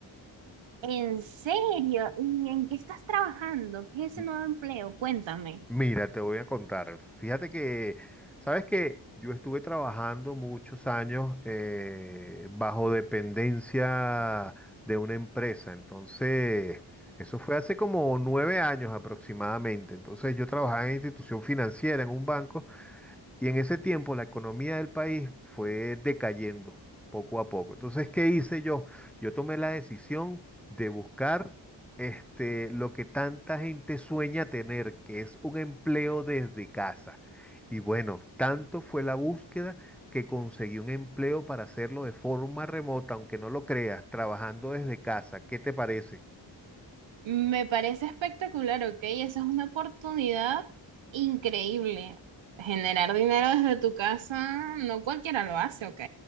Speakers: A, on the right; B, in the centre.
A: ¿En serio? ¿Y en qué estás trabajando? ¿Qué es ese
B: M-
A: nuevo empleo? Cuéntame.
B: Mira, te voy a contar. Fíjate que, sabes que yo estuve trabajando muchos años eh, bajo dependencia de una empresa. Entonces, eso fue hace como nueve años aproximadamente. Entonces, yo trabajaba en institución financiera, en un banco. Y en ese tiempo la economía del país fue decayendo poco a poco. Entonces, ¿qué hice yo? Yo tomé la decisión de buscar este, lo que tanta gente sueña tener, que es un empleo desde casa. Y bueno, tanto fue la búsqueda que conseguí un empleo para hacerlo de forma remota, aunque no lo creas, trabajando desde casa. ¿Qué te parece?
A: Me parece espectacular, ¿ok? Esa es una oportunidad increíble. Generar dinero desde tu casa, no cualquiera lo hace, ¿ok?